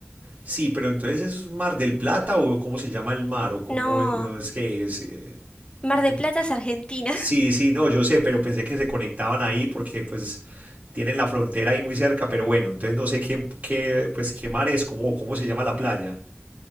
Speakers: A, on the right; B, on the left.
A: Sí, pero entonces es Mar del Plata o cómo se llama el mar o cómo
B: No,
A: no es que es... eh,
B: Mar
A: eh, cómo-
B: del Plata es Argentina.
A: Sí,
B: <laughs>
A: sí, no, yo sé, pero pensé que se conectaban ahí porque pues tienen la frontera ahí muy cerca, pero bueno, entonces no sé qué, qué, pues qué mar es, cómo, cómo se llama la playa.